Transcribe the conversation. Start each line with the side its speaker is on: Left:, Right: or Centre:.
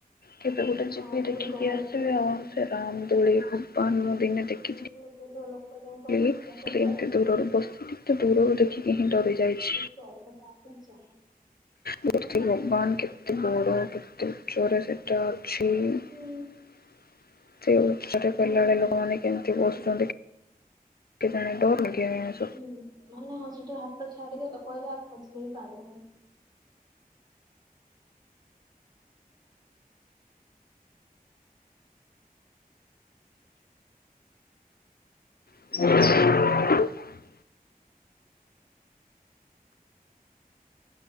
Left: କେବେ ଗୋଟେ
Right: ହଁ
Left: ଯିବି
Right: ବହୁତ
Left: ଦେଖିକି
Right: ଗହଳି
Left: ଆସିବି
Right: ବି ହଉଥିଲା
Left: ଆଉ ସେ ରାମ ଦୋଳି ଭଗବାନ ମୁଁ ଦିନେ ଦେଖିଥିଲି
Right: <unintelligible>
Left: ଏମିତି
Right: ଦେଖା କରି ଆଇଥିଲେ
Left: ଦୂରରୁ ବସି କିନ୍ତୁ ଦୂରରୁ ଦେଖିକି ହିଁ ଡରି ଯାଇଛି
Right: ସରି ବଟ ଚା
Left: ମୂର୍ତ୍ତି ଭଗବାନ୍ କେତେ ବଡ଼ କେତେ ଜୋର୍ ସେ ଏଟା ଅଛି। ଏତେ
Right: ହୁଁ
Left: ଉଚ୍ଚା ଟା
Right: ହୁଁ
Left: କଲା ବେଳେ ଲୋକମାନେ କେମିତି ବସୁଛନ୍ତି କେଜାଣି ଡୋର୍ ଲଗେଇବା ପାଇଁ କା ଜଣେ ଅଛି।
Right: ହୁଁ ମାନେ ହଁ ସେଠୁ ହାତ ଛାଡିଦେଲେ ପଇଲେ ଆଉ ଖୋଜିଲେ ବିି ପାଇବନି।
Left: <inaudible>